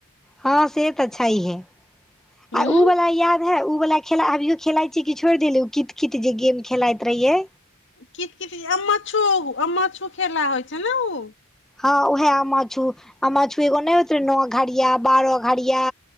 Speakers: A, in the centre; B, on the left.
A: हँ से तऽ छहिहै
B: हूँ
A: आ उ बला याद। रहै उ वाला खेला अभियो खेलाइत छी कि छोड़ि देलु कित-कित जे गेम खेलाइत रहिये।
B: कित-कित जे अमछू-अमछू खेला होइ छलोऊ।
A: हँ उएह अमछू-अमछू एगो नहि होत नो घड़िया बारह घड़िया।